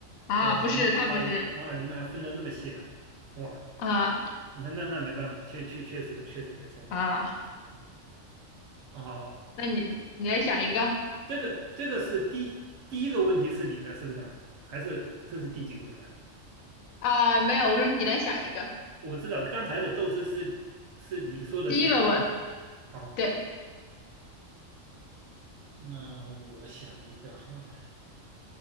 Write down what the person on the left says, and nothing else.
啊！
不是，
太不是
啊
啊！
那你你来想一个
啊？没有，我说你来想一个。
第一个问，
对，